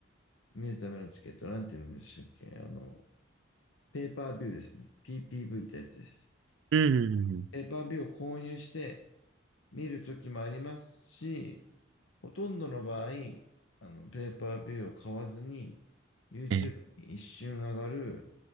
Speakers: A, on the left; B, on the right.
A: 見るためのチケット、なんて言うんでしたっけ、あの、ペーパービューですね。PPV ってやつです。
B: うん、うんうん
A: ペーパービューを購入して見るときもありますし、ほとんどの場合、あの、ペーパービューを買わずに、YouTube
B: うん、え
A: に一瞬上がる、